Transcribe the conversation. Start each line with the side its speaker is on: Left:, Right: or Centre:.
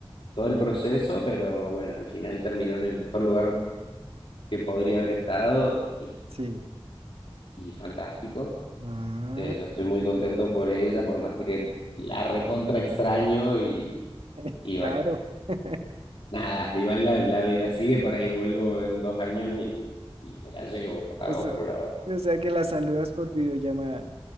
Left: todo el proceso, pero bueno, al final terminó en el mejor lugar que podría haber estado y,
Right: sí.
Left: y fantástico.
Right: Ah,
Left: Eh, yo estoy muy contento por ella, por más de que la recontra extraño y,
Right: <laughs>
Left: y
Right: claro.
Left: bueno,
Right: <laughs>
Left: nada, igual la, la vida sigue, por ahí vuelvo en dos años y, y me la llevo a
Right: O sea,
Left: otro lado.
Right: o sea que la saludas por videollamada.